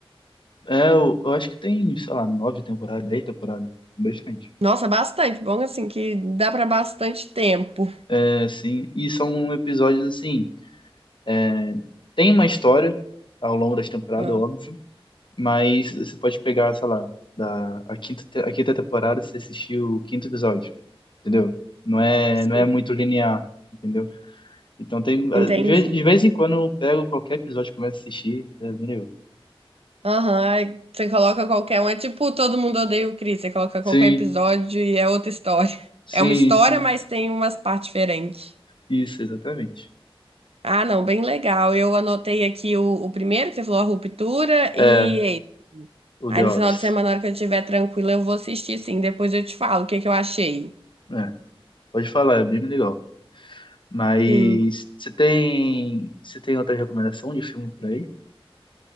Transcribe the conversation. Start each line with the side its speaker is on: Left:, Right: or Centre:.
Left: É, eu, eu acho que tem, sei lá, nove temporadas, dez temporadas. Bastante.
Right: Nossa, bastante. Bom, assim, que dá pra bastante tempo.
Left: É, sim. e são episódios assim. é, Tem uma história ao longo das temporadas,
Right: Ah,
Left: óbvio, mas você pode pegar, sei lá, da, a quinta, te- a quinta temporada você assistiu o quinto episódio, entendeu? Não é,
Right: sim,
Left: não é muito linear, entendeu? Então tem, às
Right: entendi.
Left: vezes- de vez em quando eu pego qualquer episódio e começo a assistir, é, entendeu?
Right: Aham, aí você coloca qualquer um. É tipo Todo Mundo Odeia o Chris. Você coloca
Left: Sim,
Right: qualquer episódio e é outra história. <laughs>
Left: sim,
Right: É uma história,
Left: sim,
Right: mas tem umas partes diferentes.
Left: isso, exatamente.
Right: Ah, não, bem legal. Eu anotei aqui o, o primeiro, que você falou, a ruptura,
Left: É,
Right: e esse.
Left: o
Right: aí
Left: The
Right: no
Left: Office.
Right: final de semana, na hora que eu estiver tranquila, eu vou assistir sim. Depois eu te falo o que que eu achei.
Left: É, pode falar, é bem legal. Mas
Right: Sim.
Left: você tem, você tem outra recomendação de filme por aí?